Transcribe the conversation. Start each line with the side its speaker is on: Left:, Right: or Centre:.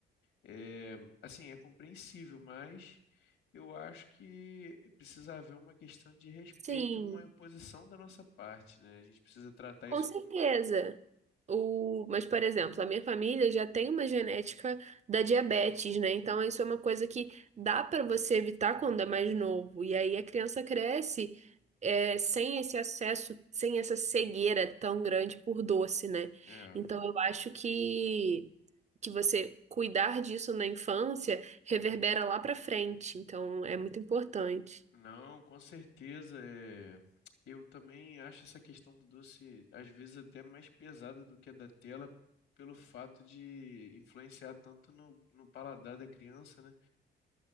Left: É, assim, é compreensível, mas eu acho que precisa haver uma questão de respeito
Right: sim.
Left: e uma imposição da nossa parte, né? A gente precisa tratar
Right: Com
Left: isso
Right: certeza.
Left: com,
Right: O... Mas, por exemplo, a minha família já tem uma genética da diabetes, né? Então, isso é uma coisa que dá para você evitar quando é mais novo. E aí a criança cresce é, sem esse acesso, sem essa cegueira tão grande por doce, né?
Left: é,
Right: Então, eu acho que, que você cuidar disso na infância reverbera lá para frente. Então, é muito importante.
Left: Não, com certeza. é, Eu também acho essa questão do doce, às vezes, até mais pesada do que a da tela, pelo fato de influenciar tanto no, no paladar da criança, né?